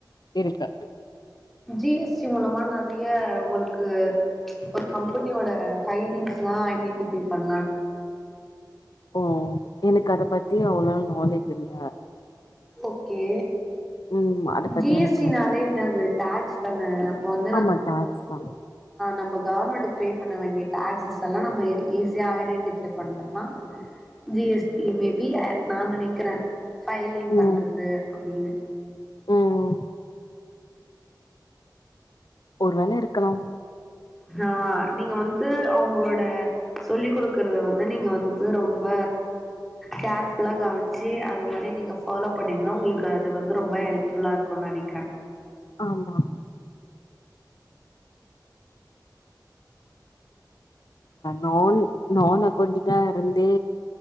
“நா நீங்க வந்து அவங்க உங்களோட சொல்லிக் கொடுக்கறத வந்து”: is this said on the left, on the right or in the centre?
Centre